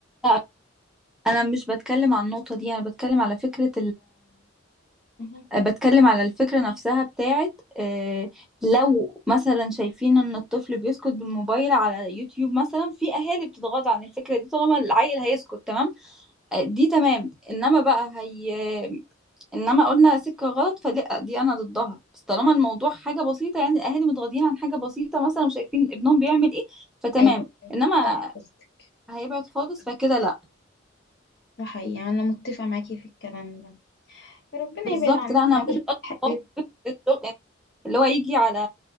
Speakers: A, in the centre; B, on the left (about 55°).
A: لا انا مش بتكلم عن النقطه دي انا بتكلم على فكره
B: مهم.
A: بتكلم على الفكرة نفسها بتاعت آه، لو مثلا شايفين ان الطفل بيسكت بالموبايل على يوتيوب مثلا في اهالي بتتغاضى عن الفكرة دي طالما العيل هيسكت تمام آه، دي تمام انما بقى هي انما قلنا سكة غلط فلا دي انا ضدها بس طالما الموضوع حاجة بسيطة يعني الاهالي متغاضين عن حاجة بسيطة مثلا شايفين ابنهم بيعمل ايه فتمام
B: أيوه فاهمة
A: انما
B: قصدك
A: هيبعد خالص فكده لا
B: ده حقيقي أنا متفقة معاكي في الكلام ده ربنا
A: بالظبط
B: يبعد عننا
A: لا انا ما كانش قصدي
B: الحاجات
A: خالص اللي هو يجي على